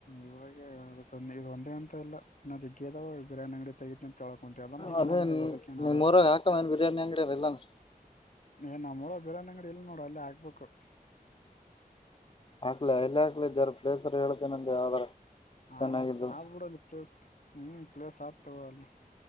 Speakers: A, on the left; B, on the left.
A: ಇವಾಗ ಅದಕ್ಕೊ ಇ ಒಂದೇ ಅಂತ ಇಲ್ಲ ನಾಗದಾವ ಬಿರಯಾನಿ ಅಂಗಡಿ ತೆಗತಿಂತ ತಳ್ಕೊಂತ ಅದಾನ
B: ಅದೇ
A: ಡಂತಾವ ಅದಕ್ಕೇಏನದ
B: ನಿಮ್ಮೂರಾಗ
A: <unintelligible>
B: ಹಾಕವ ಏನ್ ಬಿರಿಯಾನಿ ಅಂಗಡಿ ಅದ ಇಲ್ಲಾಂದ್ರ
A: ಏ ನಮ್ಮ್ಊ ಬೇಡೋ ಅಂಗಡಿ ಇಲ ನೋಡು ಅಲ್ಲಿ ಆಗ್ಬೇಕು <unintelligible>
B: ಹಾಕ್ಲ ಎ ಇಲ್ಲಿ ಹಾಕ್ಲಿ ಜರರ್ ಪ್ಲೇಸರ್ ಹೇತೇನೆ ಅಂದ ಯಾವ್ದಾರ ಚೆನ್ನಾಗಿದ್ದು
A: ಆ ಆಡ್ಬಿಡಲ್ಲಿ ಪ್ಲೇಸ್ ಹ್ಮ್ ಪ್ಲೇಸ್ ಆಗ್ತಗ ಅಲ್ಲಿ